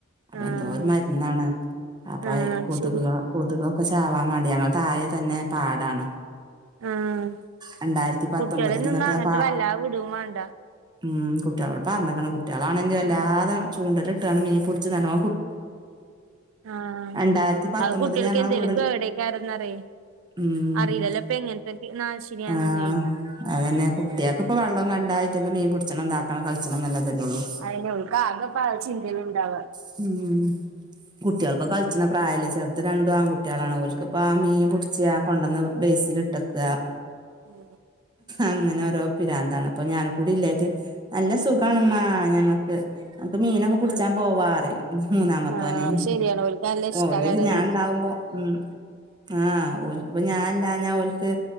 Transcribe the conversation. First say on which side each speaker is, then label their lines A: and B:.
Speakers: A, on the right; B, on the right.
A: ആഹ്
B: എന്തോ ഒരു മരുന്നാണ് അപ്പൊ
A: ആഹ്
B: അത് കൊതുക
A: ശരി
B: കൊതുകൊക്കെ ചാവാ മതി ഞങ്ങളെ താഴെ തന്നെ പാടാണ്.
A: ആഹ്
B: രണ്ടായിരത്തി പത്തൊമ്പതില്
A: കുട്ടികളെ നിന്ന
B: ന്നട്ട്
A: അങ്ങട്ട്
B: പാ
A: വല്ലാ വിടും വേണ്ട
B: ഉം കുട്ടികളോട് പറഞ്ഞിക്ക്ണ് കുട്ടികളാണെങ്കിൽ വല്ലാതെ
A: ഉം
B: ചൂണ്ടല്ട്ടാണ് മീൻ പിടിച്ച് നല്ലോ
A: ആഹ്
B: രണ്ടായിരത്തി പത്തൊമ്പതില്
A: അത് കുട്ടിൾക്ക്
B: ഞങ്ങളെ
A: എന്തേലും
B: വീട്
A: കേടേക്കാരന്നറിയെ
B: ഉം
A: അറിയില്ലല്ലോ ഇപ്പ എങ്ങനത്തെക്കെ എന്നാ ശരിയാന്നൊന്ന
B: ആ അതന്നെ കുട്ടികൾക്ക് ഇപ്പ വെള്ളം കണ്ട അയിറ്റക്ക് മീൻ പിടിച്ചണം താക്കണം കൾച്ചണം ങ്ങനെക്കെ തന്നെള്ളു
A: അതിനെ ഓൾക്ക് ആകെ ചിന്ത ഉണ്ടാവാ
B: ഉം കുട്ടികൾ പ കൾച്ച്ണ പ്രായല്ലേ ചെറുത് രണ്ടും ആൺകുട്ടിയളാണ് ഓൽക്കിപ്പ ആഹ് മീൻ പടിച്ച കൊണ്ടന്ന് ബേസി ട്ടക്കാ
A: ഉം
B: അങ്ങനെ ഓരോ പിരാന്താണ് അപ്പൊ ഞാനും കൂടി ഇല്ലായിട്ട് നല്ല സുഖാണ് മ്മ ഞങ്ങൾക്ക് അക്ക് മീനൊക്കെ
A: ഉം
B: പിടിച്ചാൻ
A: ഉം
B: പോവാറി മൂന്നാമത്തോനെ
A: ആഹ് അത് ശരിയാണ് ഓൽക്ക് നല്ല ഇഷ്ടാകാരതേ
B: ഓല്ത് ഞാൻ ഉണ്ടാവുമ്പോ ഉം ആഹ് ഓ ക്ക്പ്പൊ ഞാൻല്ലാഞ്ഞ ഓൽക്ക്